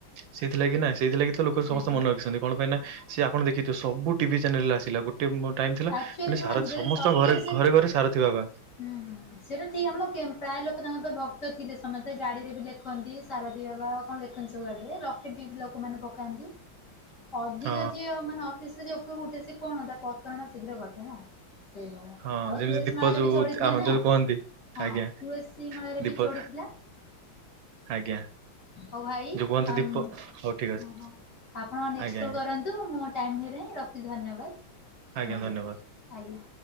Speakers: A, on the right (about 75°); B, on the left (about 40°).
A: ସେଥିଲାଗି ନା ସେଇଥିଲାଗି ତ ଲୋକ ସମସ୍ତେ
B: ଆଜ୍ଞା
A: ମନେ ରଖିଛନ୍ତି କଣ ପାଇଁ ନା ସେ ଆପଣ ଦେଖିଥିବେ ସବୁଟିଭି ଚ୍ୟାନେଲ୍‌ ରେ ଆସିଲା। ଟେ ମ ଟାଇମ୍‌ ଥିଲା
B: ଆକ୍ଚୁଆଲି
A: ମାନେ
B: ଶୁଣନ୍ତୁ
A: ସାରଥୀ
B: ଯଦି
A: ସମସ୍ତଙ୍କ
B: ସତ୍ୟରେ
A: ଘରେ
B: ସେ
A: ଘରେ ଘରେ ସାରଥୀ ବାବା।
B: ହୁଁ ହୁଁ ସେଇଟା ଠିକ୍ ଆମ ପ୍ରାୟ ଲୋକ ତାଙ୍କର ତ ଭକ୍ତ ଥିଲେ ସମସ୍ତେ ଗାଡ଼ିରେ ବି ଲେଖନ୍ତି। ସାରଥୀ ବାବା କଣ ଲେଖନ୍ତି ସବୁ ଗାଡ଼ିରେ। ଲକେଟ୍ ଲକେଟ୍ ବି ଚିନାବାଦାମ ରେ ପକାନ୍ତି। ଅଧିକ
A: ହଁ
B: ଯିଏ ମାନେ ଅଫିସ୍‌ରେ ଯିଏ ଉପରକୁ ଉଠେ ସେ କଣ ତା ପତନ ଟା ଶୀଘ୍ର ଘଟେ ନା। ସେଇ ପରା
A: ହଁ ହଁ
B: ଆଉ
A: ଯେମିତି
B: ତୁଳସୀ
A: ଦୀପ
B: ମଳାଲେ
A: ଯୋଉ
B: ବି ଚଢ଼ିଥିଲେ
A: ଆମ
B: ନାଁ
A: ଯୋଉ କୁହନ୍ତି
B: ହଁ
A: ଆଜ୍ଞା
B: ତୁଳସୀ ମଳାରେ
A: ଦୀପ
B: ବି ଚଢ଼ିଥିଲା। ହଁ
A: ଆଜ୍ଞା।
B: ହଉ ଭାଇ
A: ଯୋଉ କୁହନ୍ତି
B: ଆଉ ଆଁମ୍
A: ଦୀପ ହଉ ଠିକ ଅଛି
B: ଓହୋ ଆପଣ ନେଷ୍ଟ
A: ଆଜ୍ଞା
B: କଲ୍‌
A: ଆଜ୍ଞା
B: କର। ତୁ ମୁଁ ଟାଇମ୍ ରେ ହିଁ ରଖି ଧନ୍ୟବାଦ ଆପଣଙ୍କୁ
A: ଆଜ୍ଞା ଧନ୍ୟବାଦ।
B: ଆଜ୍ଞା।